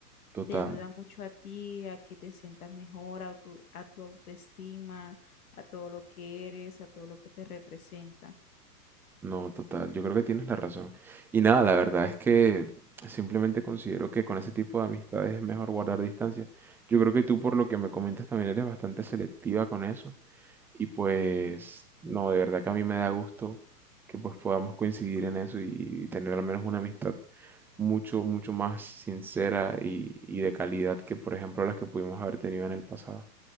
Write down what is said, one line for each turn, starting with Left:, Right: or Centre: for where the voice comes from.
Centre: Total,
Left: te ayuda mucho a ti, a que te sientas mejor, a tu, a tu autoestima, a todo lo que eres, a todo lo que te representa.
Centre: no, total, yo creo que tienes la razón. Y nada, la verdad es que simplemente considero que con ese tipo de amistades es mejor guardar distancia. Yo creo que tú, por lo que me comentas, también eres bastante selectiva con eso. Y pues, no, de verdad que a mí me da gusto que pues podamos coincidir en eso y tener al menos una amistad mucho, mucho más sincera y, y de calidad que, por ejemplo, las que pudimos haber tenido en el pasado.